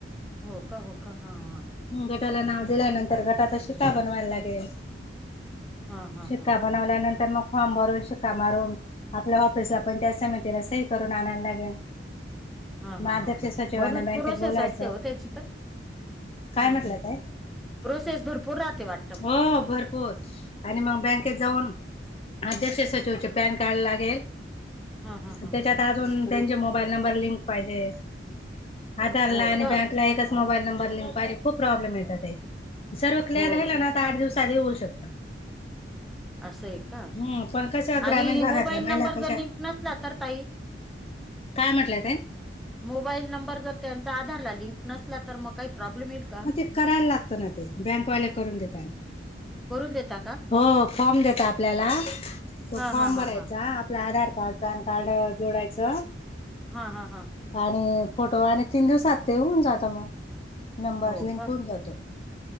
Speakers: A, in the centre; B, on the left (about 30°).
A: हो का हो का हा हा.
B: हम्म गटाला नाव दिल्यानंतर गटाचा शिक्का बनवायला लागेल.
A: हां हां
B: शिक्का
A: हां
B: बनवल्यानंतर मग फॉर्म भरून शिक्का मारून आपल्या ऑफिसला पण त्या समितीला सही करून आणायला लागेल.
A: हा
B: मग
A: हा
B: अध्यक्ष
A: हा
B: सचिवांना
A: बरूच
B: बँकेत
A: प्रोसेस
B: बोलायचं
A: असते ओ त्याची तर
B: काय
A: हम्म
B: म्हटलं
A: हम्म
B: ताई?
A: हम्म प्रोसेस भरपूर राहते वाट
B: हो भरपूर. आणि मंग बँकेत जाऊन अध्यक्ष सचिवचे पॅन कार्ड लागेल.
A: हां हां हां
B: त्याच्यात
A: हां
B: अजून त्यांचे मोबाईल नंबर लिंक पायजे. आधारला
A: हो
B: आणि
A: का
B: बँकला एकच मोबाईल नंबर लिंक पायजे खूप प्रॉब्लेम येत ते सर्व क्लिअर
A: हो
B: राहिला चार दिवसात ही होऊ शकतं.
A: <unintelligible> <inaudible> असंय का
B: हम्म पण कशा ग्रामीण
A: आणि
B: भागातल्या
A: मोबाईल
B: महिला
A: नंबर
B: कशा
A: जर लिंक नसला तर ताई?
B: काय म्हटले ते?
A: मोबाईल नंबर जर त्यांचा आधारला लिंक नसला तर मग काय प्रॉब्लेम येईल? का
B: म ते करायला लागतं ना ते बँकवाले करून देतात.
A: करून देता का
B: हो फॉर्म देत आपल्याला तो
A: हां
B: फॉर्म
A: हां हां
B: भरायचा
A: हां
B: आपला आधार कार्ड, पॅन कार्ड जोडायचं.
A: हा हा हा.
B: आणि फोटो आणि तीन दिवसात ते होऊन जात म नंबर
A: हो
B: लिंक
A: का
B: होऊन जातो.